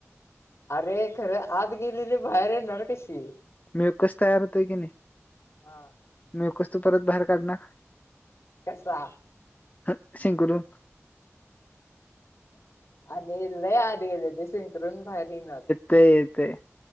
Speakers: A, on the left; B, on the left.
A: अरे खरं आत गेलेली बाहेर येणार कशी?
B: मीवंकस तयार होतोय की नाय
A: हा
B: मीवकस तू परत बाहेर काढणार.
A: कसा
B: हत शिंकरुन
A: आणि लय आत गेले ते शिंकरून बाहेर येईनाच.
B: ते येते